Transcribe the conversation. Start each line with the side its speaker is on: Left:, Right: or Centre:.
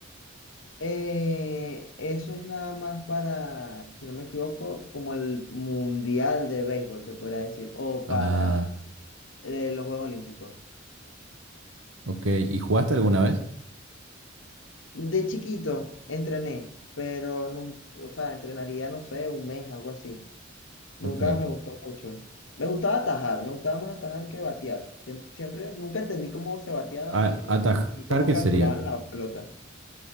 Left: Eh, eso es nada más para, si no me equivoco, como el Mundial de Béisbol, se podría decir, o para
Right: Ah,
Left: eh, los Juegos Olímpicos.
Right: ok. ¿Y jugaste alguna vez?
Left: De chiquito entrené, pero nunca, o sea, entrenaría, no sé, un mes, algo así. Nunca
Right: Ok.
Left: me gustó mucho. Me gustaba atajar, me gustaba más atajar que batear. Siempre, siempre, nunca entendí cómo se bateaba ni,
Right: A- ¿Atajar
Left: ni cómo
Right: qué
Left: calculaban
Right: sería?
Left: la pelota.